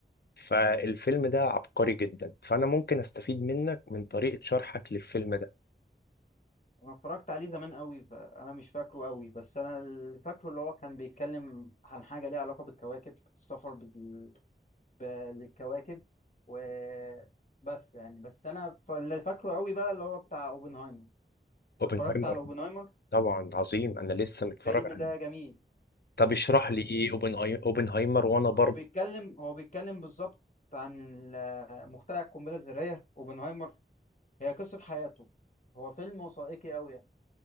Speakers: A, on the left; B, on the left.
A: فالفيلم ده عبقري جدا فانا ممكن استفيد منك من طريقة شرحك للفيلم ده
B: انا اتفرجت عليه زمان قوي فانا مش فاكره قوي بس انا اللي فاكره اللي هو كان بيتكلم عن حاجه ليها علاقه بالكواكب السفر بال- بالكواكب وبس يعني بس انا ف- اللي فاكره قوي بقى اللي هو بتاع اوبنهايمر
A: اوبنهايمر
B: اتفرجت على اوبنهايمر
A: طبعا عظيم انا لسه متفرج
B: الفيلم
A: عليه
B: ده جميل
A: طب اشرح
B: كنت
A: لي ايه اوبن أي... اوبنهايمر وانا برضه
B: هو بيتكلم هو بيتكلم بالظبط عن ال- مخترع القنبله الذريه اوبنهايمر هي قصه حياته هو فيلم وثائقي قوي يعني